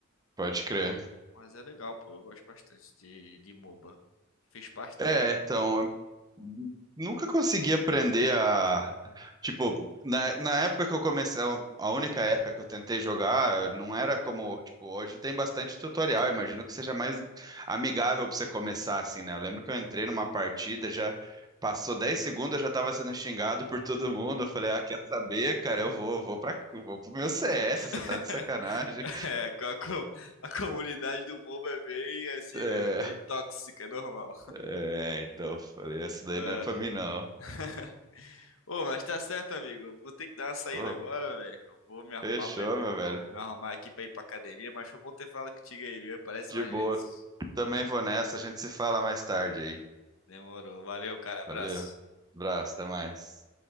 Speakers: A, on the right; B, on the left.
A: Pode crer.
B: Mas é legal, pô. Eu gosto bastante de, de MOBA. Fez parte da
A: É,
B: minha vida.
A: então, eu nunca consegui aprender a, tipo, na, na época que eu comecei, a única época que eu tentei jogar, não era como, tipo, hoje tem bastante tutorial, imagino que seja mais amigável pra você começar assim, né? Eu lembro que eu entrei numa partida, já passou 10 segundos, eu já tava sendo xingado por todo mundo, eu falei, ah, quer saber, cara, eu vou, vou para, vou pro meu CS,
B: <laughs>
A: você tá de sacanagem.
B: É, com a, com- a comunidade do MOBA é bem assim
A: É,
B: mesmo, é bem tóxica, é normal.
A: é, então, eu falei, essa
B: É.
A: daí não é pra mim não.
B: <laughs> Ô, mas tá certo, amigo. Eu Vou ter que dar uma saída
A: Pô,
B: agora, velho. Eu Vou me arrumar
A: fechou,
B: pra ir,
A: meu velho.
B: vou me arrumar aqui pra ir pra academia, mas foi bom ter falado contigo aí, viu? Aparece
A: De
B: mais
A: boa.
B: vezes.
A: Também vou nessa. A gente se fala mais tarde aí.
B: Demorou. Valeu, cara. Abraço.
A: Valeu. Abraço, até mais.